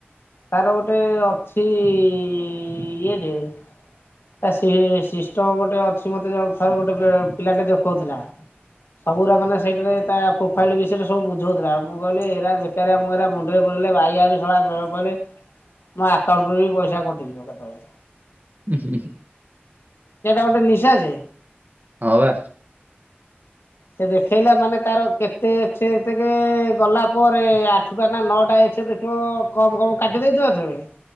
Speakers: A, on the left; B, on the right.
A: ତାର ଗୋଟେ ଅଛି ଇଏଟେ ତା ସି ସିଷ୍ଟମ ଗୋଟେ ଅଛି ମତେ ଥର ଗୋଟେ ବେ ପିଲାଟେ ଦେଖଉଥିଲା।
B: କିଛି ଶବ୍ଦ ଆସୁନି
A: ସବୁଗୁରା ମାନେ ସେଇଟାରେ ତା ଫାଇଲି ବିଷେୟେରେ ସବୁ ବୁଝଉଥିଲା ମୁଁ କଇଲ ଏରା ବେକାରିଆ ମୁଁ ଏରା ମୁଣ୍ଡେରେ ପୁରେଇଲେ ବାଇଆ ହେବି! !!!!!!!!! ବେଳ ପଇଲେ ମୋ ଆକାଉଣ୍ଟରୁ ବି ପଇସା କଟିଯିବ କେତବେଳେ।
B: ଉହୁଁ ଉହୁଁ।
A: ସେଇଟା ଗୋଟେ ନିଶା ଯେ।
B: ହଁ ବା।
A: ସେ ଦେଖେଇଲା ମାନେ ତାର କେତେ <unintelligible> ତେକେ ଗଲା ପରେ ଆଠୁଟା ନା ନଅଟା ଏକ୍ସେ ଦେଖ ତ କମ୍-କମ୍ କାଟି ଦେଇଥିବା <unintelligible>